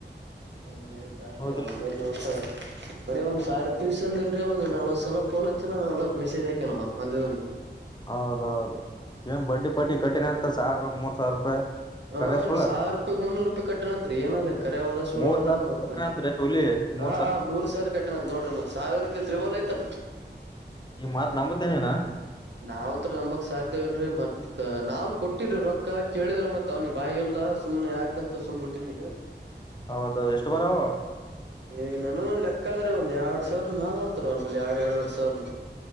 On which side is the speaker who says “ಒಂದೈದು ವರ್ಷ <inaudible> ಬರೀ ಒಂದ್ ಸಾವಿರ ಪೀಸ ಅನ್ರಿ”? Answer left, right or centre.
Right